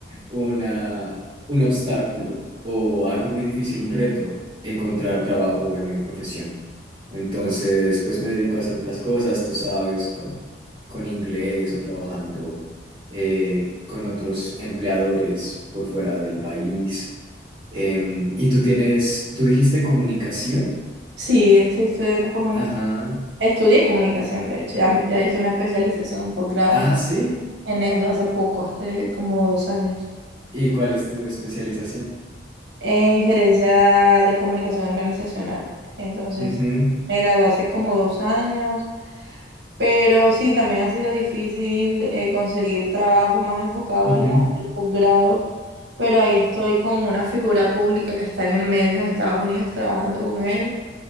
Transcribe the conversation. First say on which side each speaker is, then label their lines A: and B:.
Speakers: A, on the right (about 25°); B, on the right (about 70°).
A: una, un obstáculo o algo muy difícil, un reto encontrar trabajo en mi profesión. Entonces, pues me dedico a hacer otras cosas, tú sabes, con, con inglés o trabajando eh, con otros empleadores por fuera del país. Em, y tú tienes, tú dijiste comunicación.
B: Sí, estoy estudiando comunicación.
A: Ajá.
B: Estudié comunicación, de hecho, ya, ya hice una especialización, un posgrado
A: Ah,
B: en,
A: sí.
B: en eso hace poco, hace como dos años,
A: ¿Y cuál es tu especialización?
B: en gerencia de comunicación organizacional. Entonces,
A: Ujú,
B: me gradué hace como dos años Pero sí, también ha sido difícil eh, conseguir trabajo más enfocado
A: ujú.
B: al, al posgrado, pero ahí estoy con una figura pública que está en el medio en Estados Unidos trabajando con él